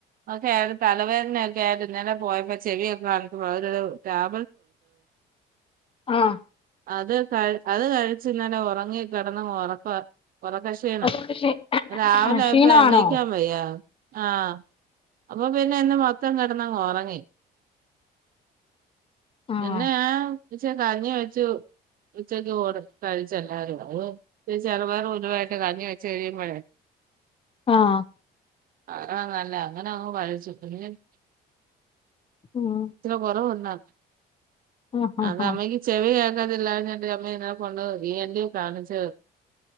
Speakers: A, on the right; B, on the left.
A: ഓക്കെ ഒരുതലവേദനൊക്കായിരുന്നു ഇന്നലെ പോയപ്പോ ചെവിയൊക്കെക്ക്. <unintelligible>
B: ആഹ്
A: അത് ക അത് കഴിച്ചു ഇന്നലെ ഒറങ്ങി കിടന്ന ഉറക്ക ഉറക്ക ക്ഷീണം.
B: <unintelligible>
A: രാവിലെ ആയപ്പ
B: ക്ഷീണമാണോ
A: എണ്ണിക്കാൻ വയ്യ. ആ അപ്പൊ പിന്നെ ഇന്ന് മൊത്തം കിടന്നങ്ങ് ഒറങ്ങി.
B: ആഹ്
A: പിന്നേ <unintelligible> കഞ്ഞി വെച്ചു. ഉച്ചക്ക് ചോറ് കഴി െച്ച ല്ലാരും അ ചെറുപയറും ഉലുവായിട്ട് കഞ്ഞി വെച്ച. <unintelligible>
B: ആ
A: <unintelligible>
B: ഉം
A: കുറവുണ്ടോ
B: ആഹ് ആഹ്
A: അത് അമ്മക്ക്. ചെവി കേക്കതില്ല ഞ്ഞിട്ട്അമ്മ ഇതിനെ കൊണ്ട് ഇ എൻ ഡി യെ കാണിച്ചു.